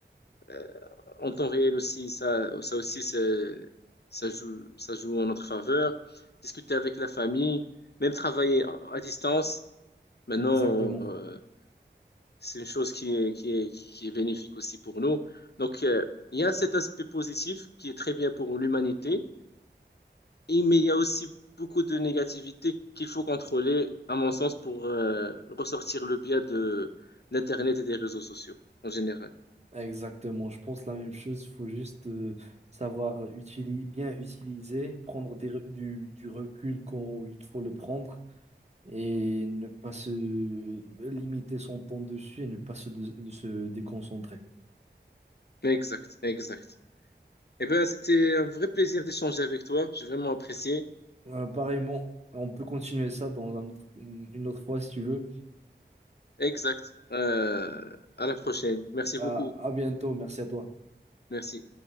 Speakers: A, on the left; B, on the right.
A: euh, en temps réel aussi, ça, ça aussi, c'est- ça joue, ça joue en notre faveur. Discuter avec la famille, même travailler à à distance. Maintenant,
B: Exactement.
A: euh, c'est une chose qui est, qui est, qui est bénéfique aussi pour nous. Donc, euh, il y a cet aspect positif qui est très bien pour l'humanité, et, mais il y a aussi beaucoup de négativité qu'il faut contrôler, à mon sens, pour euh, ressortir le biais de d'Internet et des réseaux sociaux en général.
B: Exactement. Je pense la même chose. Faut juste euh, savoir utili- bien utiliser, prendre des re- du, du recul quand il faut le prendre et ne pas se limiter son temps dessus et ne pas se, dé- de se déconcentrer.
A: Exact, exact. Eh bien, c'était un vrai plaisir d'échanger avec toi. J'ai vraiment apprécié.
B: Euh, pareillement, on peut continuer ça dans un autre- une autre fois si tu veux.
A: Exact. Euh, à la prochaine. Merci
B: à
A: beaucoup.
B: à bientôt. Merci à toi.
A: Merci.